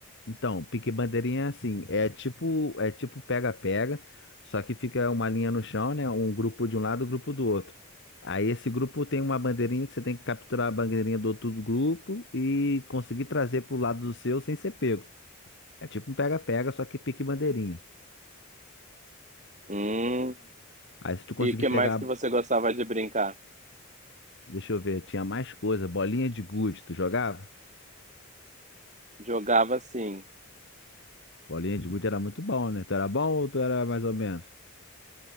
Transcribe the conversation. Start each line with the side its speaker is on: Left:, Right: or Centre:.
Left: Então, pique bandeirinha é assim, é tipo, é tipo pega-pega, só que fica uma linha no chão, né? Um grupo de um lado, um grupo do outro. Aí esse grupo tem uma bandeirinha que você tem que capturar a bandeirinha do outro grupo e conseguir trazer pro lado do seu sem ser pego. É tipo um pega-pega, só que pique bandeirinha.
Right: Hum.
Left: Aí se tu conseguir
Right: E que
Left: pegar,
Right: mais que você gostava de brincar?
Left: deixa eu ver, tinha mais coisa, bolinha de gude, tu jogava?
Right: Jogava sim.
Left: Bolinha de gude era muito bom, né? Tu era bom ou tu era mais ou menos?